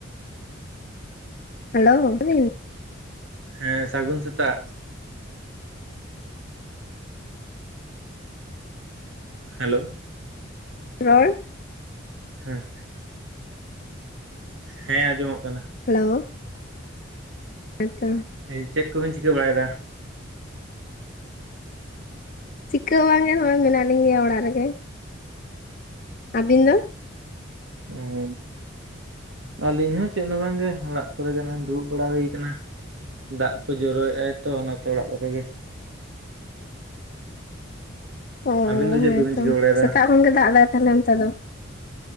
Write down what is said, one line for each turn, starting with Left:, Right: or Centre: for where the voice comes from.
Left: ᱦᱮᱞᱳ <unintelligible>
Right: ᱦᱮᱸ ᱥᱟᱹᱜᱩᱱ ᱥᱮᱛᱟᱜ ᱦᱮᱞᱳ
Left: ᱨᱚᱲ
Right: ᱦᱮᱸ᱾ ᱦᱮ, ᱟᱸᱡᱚᱢᱚᱜ ᱠᱟᱱᱟ᱾
Left: ᱦᱮᱞᱳᱣ᱾ ᱦᱮᱸ ᱛᱚ᱾
Right: ᱦᱮᱭ ᱪᱮᱫ ᱠᱚᱵᱤᱱ ᱪᱤᱠᱟᱹ ᱵᱟᱲᱟᱭ ᱫᱟ?
Left: ᱪᱤᱠᱟᱹ ᱵᱟᱝ ᱜᱮ ᱱᱚᱜᱼᱚᱭ ᱢᱮᱱᱟᱜ ᱞᱤᱧᱟ ᱚᱲᱟᱜ ᱨᱮᱜᱮ᱾ ᱟᱹᱵᱤᱱ ᱫᱚ?
Right: ᱚᱸ ᱟᱹᱞᱤᱧ ᱦᱚᱸ ᱪᱮᱜ ᱱᱚ ᱵᱟᱝ ᱜᱮ ᱚᱲᱟᱜ ᱠᱚᱨᱮ ᱜᱮ ᱱᱚᱜᱼᱚᱭ ᱫᱩᱲᱩᱵ ᱵᱟᱲᱟ ᱦᱩᱭ ᱠᱟᱱᱟ᱾ ᱫᱟᱜ ᱠᱚ ᱡᱚᱨᱚᱭᱮᱜᱼᱟᱭ ᱛᱚ ᱚᱱᱟᱛᱮ ᱚᱲᱟᱜ ᱠᱚᱨᱮ ᱜᱮ᱾
Left: ᱚᱻ
Right: ᱟᱹᱵᱤᱱ ᱫᱚ ᱪᱮᱫ
Left: ᱦᱮᱸ
Right: ᱠᱚᱵᱤᱱ
Left: ᱛᱚ
Right: ᱪᱤᱠᱟᱹ ᱵᱟᱲᱟᱭᱮᱫᱟ
Left: ᱥᱮᱛᱟᱜ ᱠᱷᱚᱱ ᱜᱮ ᱫᱟᱜ ᱫᱟᱭ ᱛᱟᱦᱚᱞᱮ ᱚᱱᱛᱮ ᱫᱚ?